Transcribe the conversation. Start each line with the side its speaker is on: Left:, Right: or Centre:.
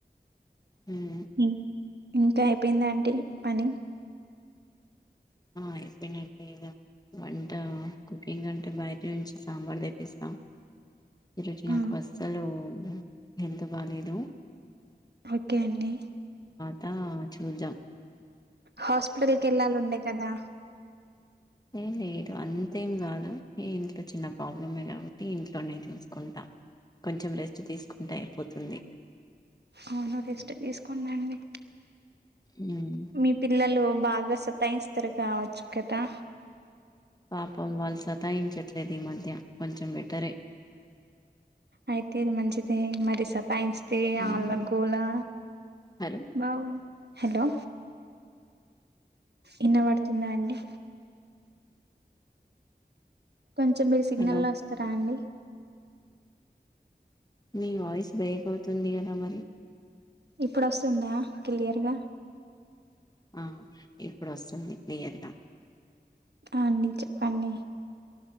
Left: హ్మ్.
Right: మ్మ్ ఇంకా అయిపోయింద ఆంటీ పని
Left: అయిపోయినట్టే ఇగ వంట కుకింగ్ అంటే బయట నుంచి సాంబార్ తెప్పిస్తాం ఈరోజు
Right: ఆ
Left: నాకు అసలు హెల్త్ బాలేదు
Right: ఓకే అండి
Left: త చూద్దాం
Right: హాస్పిటల్కి వెళ్ళాలి ఉండే కదా
Left: ఏ లేదు అంతేం కాదు ఏ ఇంట్లో చిన్న ప్రాబ్లమే కాబట్టి ఇంట్లోనేే చూసుకుంటా కొంచెం రెస్ట్ తీసుకుంటే అయిపోతుంది
Right: అవును రెస్ట్ తీసుకొండండి
Left: ఉమ్
Right: మీ పిల్లలు బాగా సతాయిస్తారు కావచ్చు కదా
Left: పాపం వాళ్ళు సతాయించట్లేదు ఈ మధ్య కొంచెం బెటరే
Right: అయితేది మంచిదే మరి సత్ సతాయిస్తే
Left: ఉమ్
Right: ఆళ్ల గోలా
Left: హలో
Right: బాగు హలో ఇన్న పడుతుందా అండి కొంచెం మీరు సిగ్నల్
Left: హలో
Right: లో వస్తారా అండి <inaudible>
Left: మీ వాయిస్ బ్రేక్ అవుతుంది కదా మరి
Right: ఇప్పుడు వస్తుందా క్లియర్గా
Left: ఆ ఇప్పుడు వస్తుంది క్లియర్గా
Right: ఆ అండి చెప్పండి